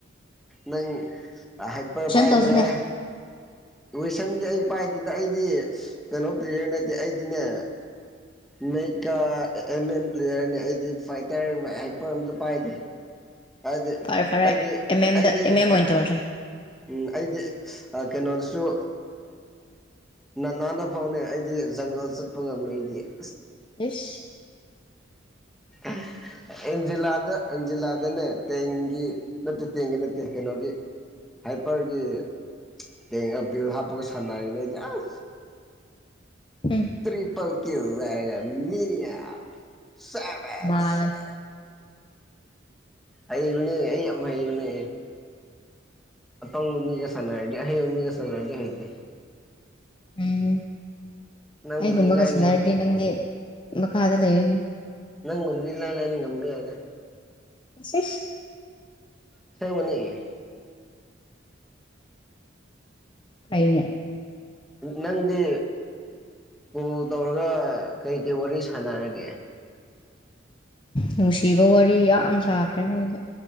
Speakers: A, in the centre; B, on the left.
A: ꯅꯪ ꯑ ꯍꯥꯏꯛꯄ ꯄꯥꯏꯒꯔꯦ
B: ꯇꯧꯁꯤꯅꯦ
A: ꯀꯁꯟꯁꯦ ꯑꯩ ꯄꯥꯏꯗꯗ ꯑꯩꯗꯤ ꯀꯩꯅꯣ ꯄ꯭ꯂꯦꯌꯔ ꯅꯠꯇꯦ ꯑꯩꯗꯤꯅꯦ ꯃꯀ ꯑꯦꯝ ꯑꯦꯝ ꯄ꯭ꯂꯦꯌꯔꯅꯦ ꯑꯩꯗꯤ ꯐꯥꯏꯇꯔ ꯍꯥꯏꯄꯔ ꯑꯝꯇ ꯄꯥꯏꯗꯦ ꯍꯥꯏꯗꯤ
B: ꯐꯔꯦ ꯐꯔꯦ
A: ꯑꯩꯗꯤ
B: ꯑꯦꯝ ꯑꯦꯝꯗ
A: ꯑꯩꯗꯤ
B: ꯑꯦꯝ ꯑꯦꯝ ꯇꯧꯔꯁꯦ
A: ꯎꯝ ꯑꯩꯗꯤ ꯀꯩꯅꯣꯗꯨꯁꯨ ꯅꯅꯥꯟꯅ ꯐꯥꯎꯅꯦ ꯑꯩꯗꯤ ꯖꯪꯒꯜ ꯆꯠꯄ ꯉꯝꯃꯦ ꯑꯩꯗꯤ ꯑ
B: ꯏꯁ
A: ꯎꯝ ꯑꯦꯟꯖꯤꯂꯥꯗ ꯑꯦꯟꯖꯤꯂꯥꯗꯅꯦ ꯇꯦꯡꯒꯤ ꯅꯠꯇꯦ ꯇꯦꯡꯒꯤ ꯅꯠꯇꯦ ꯀꯩꯅꯣꯒꯤ ꯍꯥꯏꯄꯔꯒꯤ ꯇꯦꯡꯒ ꯕꯤꯜ ꯍꯥꯞꯄꯒ ꯁꯥꯟꯅꯔꯦꯅꯦ ꯑꯩꯗꯤ ꯑꯁ
B: ꯎꯝ
A: ꯇ꯭ꯔꯤꯄꯜ ꯀ ꯂꯩꯒ ꯃꯤꯅꯤꯌꯝ ꯁꯚꯁ
B: ꯃꯥꯜꯂꯦ
A: ꯍꯩꯕꯅꯦ ꯑꯩ ꯌꯥꯝ ꯍꯩꯕꯅꯦ ꯑꯄꯪꯕ ꯃꯤꯒ ꯁꯥꯟꯅꯔꯗꯤ ꯑꯍꯩꯕ ꯃꯤꯒ ꯁꯥꯟꯅꯔꯗꯤ ꯍꯩꯇꯦ
B: ꯎꯝ
A: ꯅꯪꯕꯨꯗꯤ
B: ꯑꯩꯒꯨꯝꯕꯒ
A: ꯏꯂꯥꯏ
B: ꯁꯟꯅꯔꯗꯤ
A: ꯂꯥꯏ
B: ꯅꯪꯒꯤ ꯃꯈꯥꯗ ꯂꯩꯔꯤ
A: ꯅꯪ ꯉꯝꯗ ꯂꯂ ꯂꯩꯥꯏꯩꯅꯪ ꯉꯝꯃꯦ ꯌꯥꯗꯦ
B: ꯁꯤꯦꯁ
A: ꯁ ꯃꯅꯤ
B: ꯀꯩꯩꯅ
A: ꯅꯪꯗꯤ ꯀꯣꯜ ꯇꯧꯔꯒ ꯀꯩꯀꯩ ꯋꯥꯔꯤ ꯁꯥꯟꯅꯔꯒꯦ
B: ꯅꯨꯡꯁꯤꯕ ꯋꯥꯔꯤ ꯌꯥꯝ ꯁꯥꯈ꯭ꯔꯦ
A: ꯎꯝ
B: ꯅꯣꯏꯁꯦ